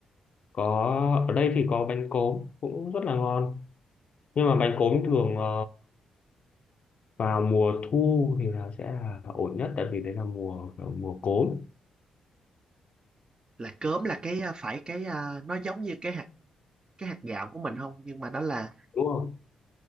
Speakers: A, on the left (about 55°); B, on the right (about 35°).
A: có ở đây thì có bánh cốm cũng rất là ngon nhưng mà bánh cốm thường ờ, vào mùa thu thì là sẽ là ổn nhất tại vì đấy là mùa kiểu mùa cốm
B: là cớm là cái ờ, phải cái ờ, nó giống như cái hạt cái hạt gạo của mình không nhưng mà nó là
A: đúng không